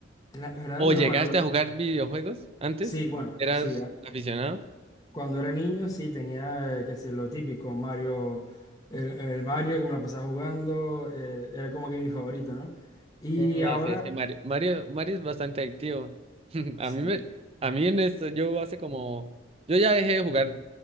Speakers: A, on the left; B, on the right.
A: La verdad,
B: ¿O
A: no,
B: Ah, no, llegaste
A: la-
B: a jugar videojuegos antes?
A: sí, bueno,
B: ¿Eras
A: sí,
B: aficionado?
A: Cuando era niño, sí, tenía eh, que hacer lo típico, Mario, el, el Mario que me la pasaba jugando, eh, era como que mi favorito, ¿no? Y
B: Mm, No,
A: ahora,
B: así es que Mario, Mario, Mario es bastante adictivo. <laughs> A
A: sí,
B: mí me, a mí en esto, yo hace como, yo ya dejé de jugar